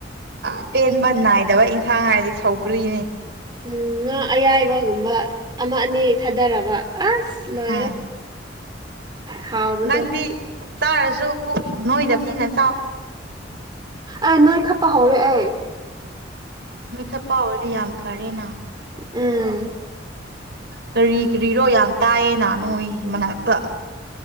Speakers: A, on the right (about 65°); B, on the right (about 25°).
A: ꯑꯥ ꯄꯦꯟꯕ ꯅꯥꯏꯗꯕ ꯏꯟꯁꯥꯡ ꯍꯥꯏꯔꯗꯤ ꯁꯧꯒ꯭ꯔꯤꯅꯤ
B: ꯎꯝ ꯉꯥ ꯑꯌꯥꯏꯕꯒꯨꯝꯕ ꯑꯃ ꯑꯅꯤ ꯊꯥꯗꯔꯕ ꯑꯁ ꯂꯣꯢꯔꯦ
A: ꯎꯝ
B: ꯍꯥꯎꯕꯗꯣ
A: ꯅꯪꯗꯤ ꯆꯥꯔꯁꯨ ꯄꯨꯛ ꯅꯣꯏꯗꯕꯅꯤꯅ ꯆꯥꯎ
B: ꯑꯦ ꯅꯣꯏ ꯈꯠꯄ ꯍꯧꯔꯦ ꯑꯩ
A: ꯅꯣꯏ ꯈꯠꯄ ꯍꯥꯎꯔꯗꯤ ꯌꯥꯝ ꯐꯔꯦꯅ
B: ꯎꯝ
A: ꯀꯔꯤ ꯀꯔꯤꯔꯣ ꯌꯥꯝ ꯇꯥꯏꯌꯦꯅ ꯅꯣꯏ ꯃꯅꯥꯛꯇ